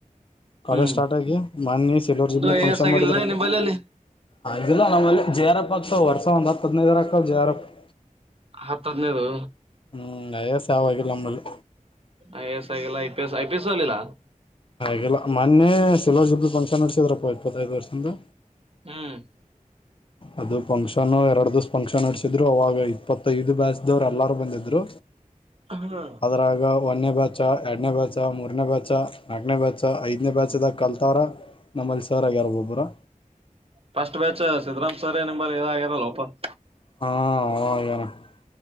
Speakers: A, on the left (about 40°); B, on the right (about 45°).
A: ಕಾಲೇಜ್
B: ಹ್ಮ್
A: ಸ್ಟಾರ್ಟ್ ಆಗಿ ಮಣಿ ಸಿಲ್ರ್
B: ಒಂದು
A: ಜಿಬ್ಲಿ
B: ಐ
A: ಫಂಕ್ಷನ್
B: ಎ ಎಸ್ ಆಗಿಲ್ಲ
A: ಮಾಡಿದ್ರಪ್ಪ
B: ನಿಂಬಲ್ಲಿ ಅಲ್ಲಿ
A: ಆಿಲ್ಲ ನಾವ್ ಅಲ್ಲಿ ಜೆರಪ್ಪಪ್ ಹಕ್ತವ್ರ್ಷ ಒ್ ಹದಿನೈದರಾಕ್ ಜರಪ್ಪಪ್ <unintelligible>
B: ಹತ್ತ ಹದನೇದು
A: ಹ್ಮ್ ಅಯ ಸಾವವಾಗಿಲ್ಲ ನಮ್ಮಲ್ಲಿ
B: ಐ ಎಸ್ ಆಗಿಲ್ಲ I P S I P S ಅಲ್ಲಿಲ್ಲ
A: ಹಲ್ಲ ಮೊನ್ನೆ ಸಿಲ್ವರ್ ಜುಬ್ಲ್ ಫಂಕ್ಷನ್ ನಡೆಸಿದ್ರಪ್ಪ ಇಪ್ಪತ್ತೈದು ವರ್ಷದ
B: ಹ್ಮ್
A: ಅದು ಫಂಕ್ಷನ್ ಎರಡು ದಿವಸ ಫಂಕ್ಷನ್ ನಡಸಿದ್ರು ಅವಾಗ ಇಪ್ಪತ್ತೈದು ಬ್ಯಾಚ್ ದವ್ರು ಎಲ್ಲಾರು ಬಂದಿದ್ರು
B: ಹಾ
A: ರ ಒಂದನೇ ಬ್ಯಾಚ ಎರಡ್ನೇ ಬ್ಯಾಚ ಮೂರನೇ ಬ್ಯಾಚ ನಾಕನೇ ಬ್ಯಾಚ ಐದನೇ ಬ್ಯಾಚ್ದಾಗ ಕಲ್ತಾವ್ರ ನಮ್ಮಲ್ಲಿ ಸರ್ಗ ಯ್ಯಾರು ಒಬ್ಬರಾ
B: ಫಸ್ಟ್ ಬ್ಯಾಚ್ ಸಿದ್ದರಾಮ್ ಸವರೇ ನಿಂಬಲ್ಲಿ ಇದಾಗಿರಲ್ಲ ಓಪನ್
A: ಹಾ